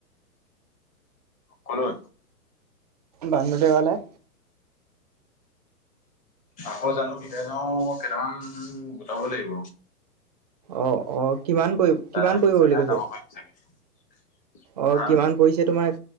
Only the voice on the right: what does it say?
বান্ধুদেৱালে
অ অ কিমান পৰিব। কিমান
বুলি কৈছে?
অ
কিমান পৰিছে তোমাৰ